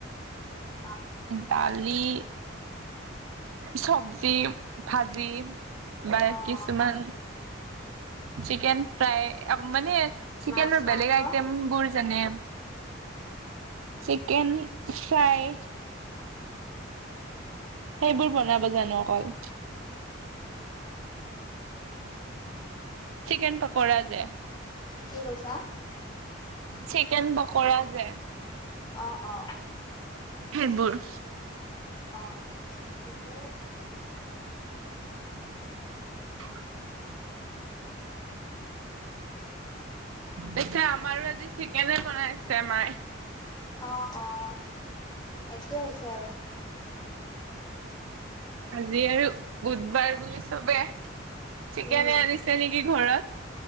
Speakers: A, on the left (about 20°); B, on the right (about 85°).
A: অ'
B: দালি, চবজি ভাজি বা
A: অ',
B: কিছুমান চিকেন ফ্ৰাই মানে চিকেনৰ
A: মাছ মাংস
B: বেলেগ আইটেমবোৰ যেনে চিকেন ফ্ৰাই সেইবোৰ বনাব জানো অকল।
A: <inaudible>
B: চিকেন পাকৰা যে
A: কি কৈছা?
B: চিকেন পাকৰা যে
A: অ অ
B: সেইবোৰ
A: অ', অ', ঠিকেই আছে।
B: <inaudible> পিছে আমাৰো আজি চিকেনে বনাইছে মায়ে।
A: অ', অ', একে হৈছে আৰু
B: আজি আৰু বুধবাৰ বুলি চবে চিকেনে
A: উম
B: আনিছ ছে, নেকি ঘৰত?